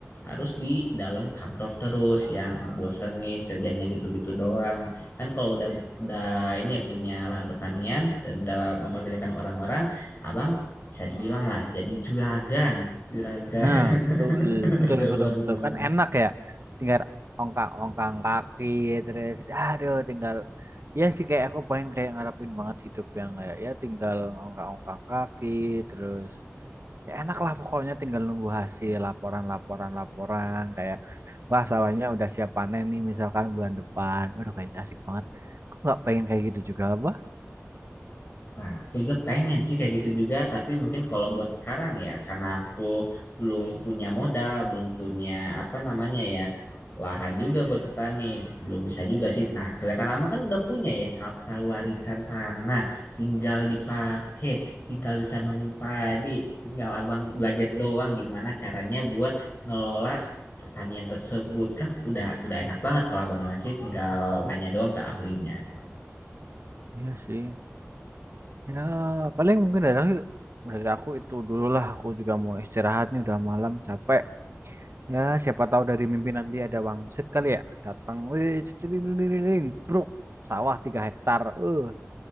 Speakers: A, on the left; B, on the right.
A: harus di dalam kantor terus yang ngebosenin kerjanya gitu-gitu doang kan kalau udah udah ini ya punya lahan pertanian dan udah mempekerjakan orang-orang abang bisa dibilang lah jadi juragan juragan
B: Nah, betul,
A: <laughs>
B: betul,
A: betul
B: betul,
A: banget
B: betul. Kan enak ya, tinggal ongkang-ongkang kaki, terus, aduh, tinggal, ya sih kayak aku pengen kayak ngarepin banget hidup yang kayak, ya tinggal ongkang-ongkang kaki, terus, ya enak lah pokoknya tinggal nunggu hasil, laporan, laporan, laporan, kayak, wah sawahnya udah siap panen nih, misalkan bulan depan. Waduh, kayaknya asik banget. Aku nggak pengen kayak gitu juga, apa?
A: Nah, aku juga pengen sih kayak gitu juga, tapi mungkin kalau buat sekarang ya, karena aku belum punya modal, belum punya apa namanya ya, lahan juga buat bertani, belum bisa juga sih. Nah, kelihatan lama kan udah punya ya, harta warisan tanah, tinggal dipakai, tinggal ditanamin padi, tinggal abang belajar doang gimana caranya buat ngelola pertanian tersebut. Kan udah udah enak banget kalau abang masih tinggal nanya doang ke ahlinya.
B: Iya sih. Ya, paling mungkin dari aku, dari aku itu dulu lah. Aku juga mau istirahat nih, udah malam capek. Ya, siapa tahu dari mimpi nanti ada wangsit kali ya. Datang, wih, ceding, bruk, sawah 3 hektar. Eh,